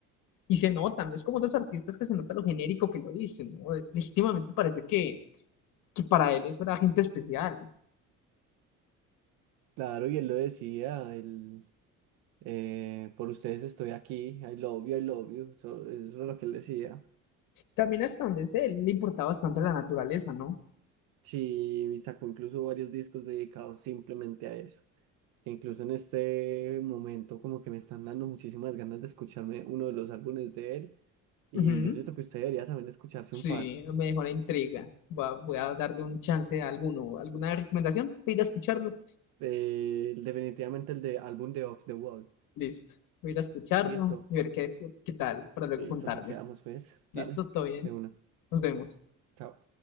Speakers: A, on the left (about 80°); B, on the right (about 80°).
A: Y se nota, no es como otros artistas que se nota lo genérico que lo dicen, ¿no? Legítimamente parece que, que para él eso era gente especial.
B: Claro, y él lo decía, él, eh, por ustedes estoy aquí, I love you, I love you, eso, eso era lo que él decía.
A: También hasta donde sé, él le importaba bastante la naturaleza, ¿no?
B: Sí, y sacó incluso varios discos dedicados simplemente a eso. que incluso en este momento como que me están dando muchísimas ganas de escucharme uno de los álbumes de él y
A: Ujú.
B: yo siento que usted debería también escucharse
A: Sí,
B: un par.
A: me dejó la intriga. Voy a, voy a darle un chance a alguno. ¿Alguna recomendación? Voy a ir a escucharlo.
B: Eh, definitivamente el de álbum de Off the Wall.
A: Listo. Voy a ir a escucharlo
B: Listo,
A: y ver qué, qué tal para luego
B: listo,
A: contarle.
B: así quedamos pues.
A: Listo,
B: Dale,
A: todo bien.
B: de una.
A: Nos vemos.
B: Chao.